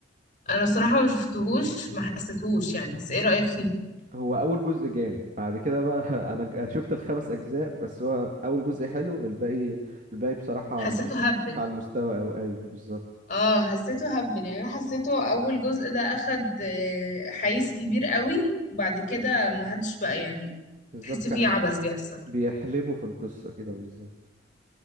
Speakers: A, on the left; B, on the right.
A: انا صراحة ما شفتهوش ما حسيتهوش يعني بس ايه رأيك فيه
B: هو اول جزء جامد بعد كده بقى <laughs> انا ج- شفت الخمس اجزاء بس هو اول جزء حلو الباقي الباقي بصراحة
A: حسيته
B: مش
A: هبل
B: مش على المستوى او ايوه بالظبط
A: اه حسيته هبل يعني انا حسيته اول جزء ده اخد آه، حيز كبير قوي وبعد كده ما حدش بقى يعني
B: بالظبط
A: تحس
B: كانوا
A: فيه عبث بيحصل
B: بيحلبوا في القصة كده بالظبط